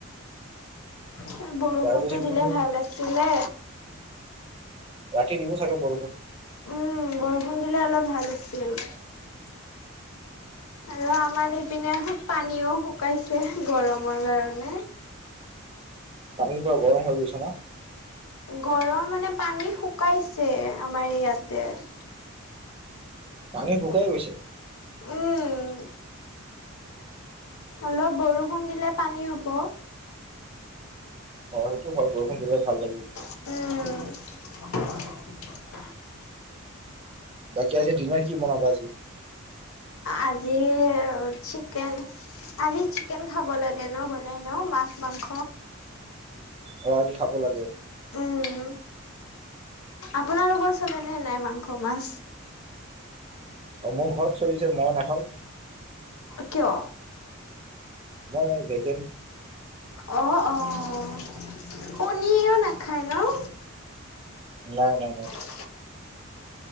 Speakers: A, on the left; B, on the right.
A: এ, বৰষুণটো
B: তাৰপিছত তুমি
A: দিলে ভাল আছিলে।
B: ৰাতি দিব চাগে বৰষুণ।
A: উম, বৰষুণ দিলে অলপ ভাল আছিল।
B: <inaudible>
A: আৰু আমাৰ এইপিনে পানীও শুকাইছে, গৰমৰ কাৰণে।
B: পানী পুৰা গৰম হৈ গৈছে না!
A: গৰম মানে, পানী শুকাইছে আমাৰ ইয়াতে।
B: পানী শুকাই গৈছে!
A: উম। অলপ বৰষুণ দিলে পানী হ'ব।
B: অ', সেইটো হয়, বৰষুণ দিলে ভাল লাগিল।
A: উম। <inaudible>
B: বাকী আজি ডিনাৰ কি বনাবা আজি?
A: আজি, চিকেন। আজি চিকেন খাব লাগে ন, বনাই ন, মাছ মাংস।
B: অ', আজি খাব লাগে।
A: উম, আপোনালোকৰ চালেনে নাই মাংস মাছ?
B: অ', মোৰ ঘৰত চলিছে, মই নাখাওঁ।
A: কিয়?
B: মই <unintelligible>
A: অ', অ'। কণীও নাখায় ন'?
B: নাই, নাই।
A: ঘৰত